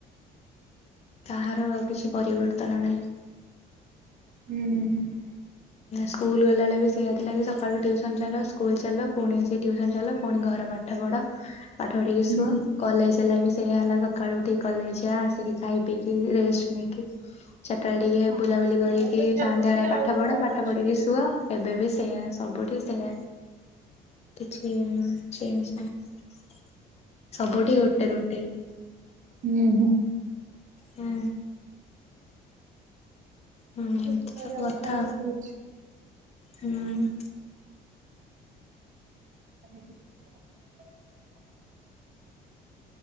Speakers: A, on the left; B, on the right.
A: କାହାର କିଛି ପରିବର୍ତ୍ତନ ନାହିଁ।
B: ହୁଁ।
A: ସ୍କୁଲ୍ ଗଲାବେଳେ ବି ସେଇଆ ହେଥିଲା କି ସକାଳୁ ଟ୍ୟୁସନ ଚାଲ ସ୍କୁଲ ଚାଲ ପୁଣି ଆସ ଟ୍ୟୁସନ ଚାଲ ପୁଣି ଘର ପା ଠ ପଢ ପାଠ ପଢିକି
B: ହୁଁ।
A: ଶୁଅ କଲେଜ ହେଲା ବି ସେଇୟଆ ହେଲା। ସକାଳୁ ଉଠିକି କଲେଜ ଯା ଆସିକି ଖାଇ ପିଇକି ରେଷ୍ଟ ନେଇକି ଚାଟାବେଳେ ଟିକେ
B: ହଁ
A: ବୁଲାବୁଲି
B: ସେଇଭଳିଆ
A: କରିକି
B: ତ ଚାଲିଛି
A: ସନ୍ଧ୍ୟା ବେଳେ
B: ଆଉ
A: ପାଠ ପଢ
B: କଣ
A: ପାଠ
B: ଅଛି।
A: ପଢିକି ସୁଅ ଏବେ ବି ସେଇୟା ସବୁଠି ସେଇଆ। କିଛି ଚେଞ୍ଜ ନାହିଁ ସବୁଠି ଗୋଟେ ରୁଟିନ।
B: ହୁଁ ହୁଁ।
A: ହଁ। ହୁଁ ଏମତି
B: ଦେଖାଯାଉ
A: ସବୁ କଥା
B: କଣ
A: ଆଉ
B: ହଉଛି।
A: ହୁଁ।
B: ହୁଁ